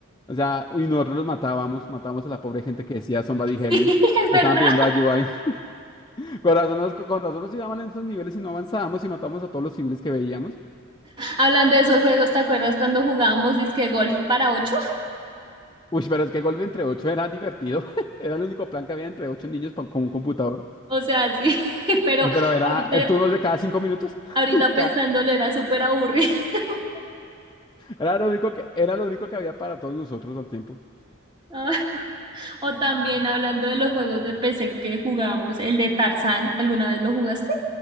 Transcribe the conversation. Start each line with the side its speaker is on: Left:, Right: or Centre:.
Left: O sea, y nosotros los matábamos, matábamos a la pobre gente que decía somebody help
Right: Sí,
Left: me.
Right: es verdad.
Left: Estaban pidiendo ayuda ahí. <laughs> Con razón, nos- con razón nos iba mal en esos niveles y no avanzábamos y matábamos a todos los civiles que veíamos.
Right: Hablando de esos juegos, ¿te acuerdas cuando jugábamos disque golf para ocho?
Left: Uy, pero es que golpe entre ocho era divertido. <laughs> Era el único plan que había entre ocho niños pa- con un computador.
Right: O sea, sí, <laughs> pero
Left: Pero era
Right: ahorita,
Left: el turno de cada cinco minutos.
Right: ahorita
Left: <laughs>
Right: pensándolo
Left: Cada-
Right: era súper aburrido. <laughs>
Left: era lo único que, era lo único que había para todos nosotros al tiempo.
Right: Ah, O también hablando de los juegos de PC que jugamos, el de Tarzán, ¿alguna vez lo jugaste?